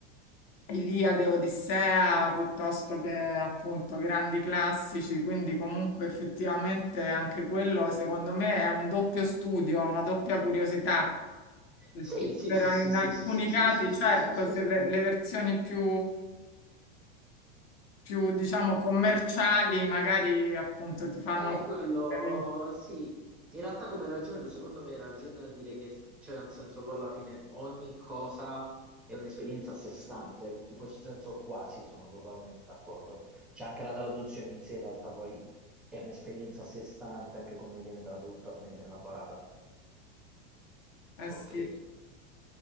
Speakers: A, on the left; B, in the centre.
A: Iliade, Odissea, piuttosto che appunto grandi classici, quindi comunque effettivamente anche quello secondo me è un doppio studio, una doppia curiosità, perché
B: Sì, sì,
A: per-
B: sì, sì,
A: in
B: sì,
A: alcuni
B: sì, sì, sì,
A: casi
B: sì, sì,
A: certo
B: sì, sì,
A: se
B: sì.
A: le, le versioni più, più diciamo commerciali magari appunto ti fanno
B: Eh, quello
A: perdere,
B: sì. In realtà come ragione tu secondo me hai ragione a dire che, cioè nel senso poi alla fine ogni cosa è un'esperienza a sé stante, in questo senso quasi sono totalmente d'accordo. C'è anche la traduzione in sé, in realtà poi è un'esperienza a sé stante, anche come viene tradotta, come viene elaborata.
A: eh
B: Ok,
A: sì.